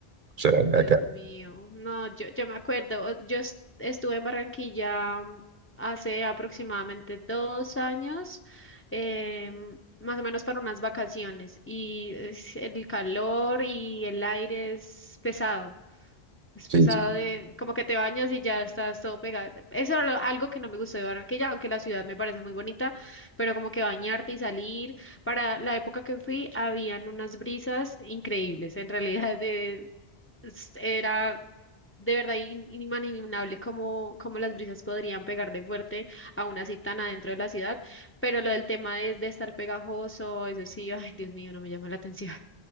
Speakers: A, on the right; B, on the left.
A: O sea,
B: Dios
A: acá,
B: mío. No, yo, yo me acuerdo. o- Yo es- estuve en Barranquilla mm, hace aproximadamente dos años, em, más o menos para unas vacaciones y es- el calor y el aire es pesado. Es
A: sí,
B: pesado
A: sí.
B: de, como que te bañas y ya estás todo pegado. Eso era lo- algo que no me gustó de Barranquilla, aunque la ciudad me parece muy bonita, pero como que bañarte y salir. Para la época que fui, habían unas brisas increíbles. En realidad, de, es- era de verdad in- inimaginable cómo, cómo las brisas podrían pegar de fuerte, aún así tan adentro de la ciudad. Pero lo del tema de, de estar pegajoso, eso sí, ay, Dios mío, no me llama la atención.